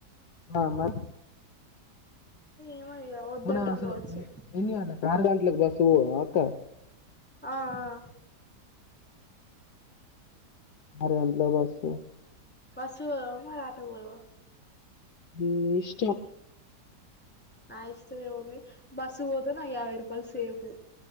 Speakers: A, on the left; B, in the centre.
A: ఆ మరి
B: ఏమో ఇగ వద్దంటడు
A: మన అసలు
B: కావచ్చు
A: ఎన్ని గంటలు ఆరు గంటలకు పోస్తవు అక్క
B: ఆ ఆ
A: ఆరు గంటలకు బోస్తావు
B: బస్సుకు పోదమా మరి ఆటోకు పోదమా
A: నీ ఇష్టం
B: నా ఇష్టమ్ ఎముఉంది బస్సు పోతే నాకు యాభై రూపాయలు సేఫు